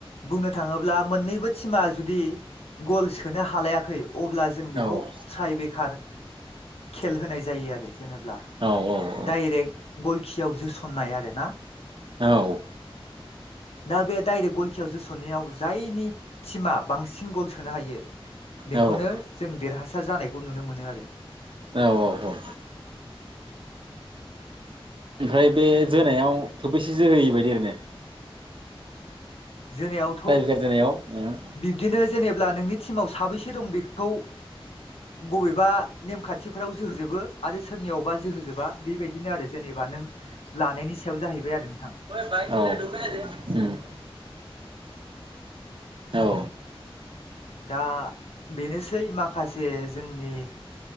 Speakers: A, on the left; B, on the right.
A: बुंनो थाङोब्ला मोननैबो टिमा जुदि गल सोनो हालायाखै अब्ला जों बेखौ
B: औ
A: ट्राइ बेखार खेल होनाय जायो आरो जेनेब्ला
B: औ औ
A: डाइरेक गलखियाव जोस'ननाय आरोना
B: औ
A: दा बे दडायरेक्ट गल खियाव जोसननायाव जायनि टिमा बांसिन गल सोनो हायो बेखौनो
B: औ
A: जों देरहासार जानायखौ नुनो मोनो आरो
B: औ औ औ ओमफ्राय बे जोनायाव थोबैसे जोहोयै बायदि आरैनो
A: जोनायाव
B: फाय दनायाव <unintelligible>
A: बिब्दिनो जेनेब्ला नोंनि टिमाव साबैसे दं बेखौ बबेबा नेमखान्थिफोराव जोहोजोबो आरो सोरनियावबा जोहोजोबा बेबायदिनो आरो जेनेबा नों लानायनि सायाव जाहैबाय आरो नोंथां
B: <unintelligible> औ ओम औ
A: दा बेनोसै माखासे जोंनि